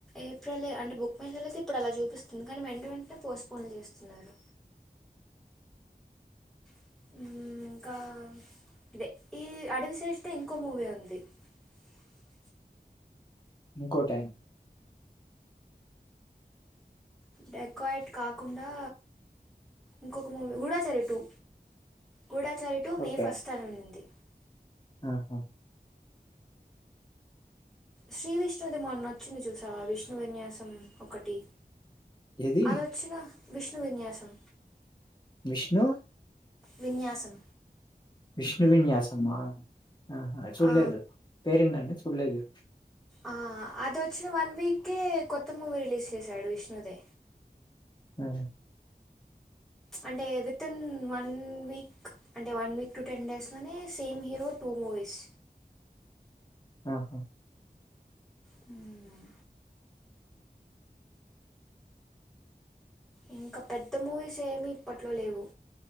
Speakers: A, in the centre; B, on the left.
A: ఏప్రిల్ అంటే బుక్ మై షోలో అయితే ఇప్పుడు అలా చూపిస్తుంది కానీ వెంట వెంటనే పోస్ట్పోన్ చేస్తున్నారు <unintelligible>
B: ఇంకో టైం,
A: డెకాయిట్ కాకుండా, ఇంకొక మూవీ కూడా చారి two Goodachari two May
B: okay
A: first అనుంది
B: ఆహా
A: శ్రీ విష్ణుది మొన్న వచ్చింది చూసావా విష్ణు విన్యాసం ఒకటి
B: ఏది
A: అది వచ్చినా విష్ణు విన్యాసం
B: విష్ణు
A: విన్యాసం
B: విష్ణు విన్యాసమా ఆహా చూలేదు
A: ఆ,
B: పేరేంటండి చులేదు
A: ఆ అదిచ్చిన వన్ వీక్ కొత్త మూవీ రిలీజ్ చేసాడు విష్ణుదే
B: ఆ
A: అంటే విత్ ఇన్ వన్ వీక్ అంటే వన్ వీక్ టు టెన్ డేస్లోనే సేమ్ హీరో టూ మూవీస్
B: ఆహ్
A: హ్మ్ ఇంకా పెద్ద మూవీస్ ఏమి ఇప్పట్లో లేవు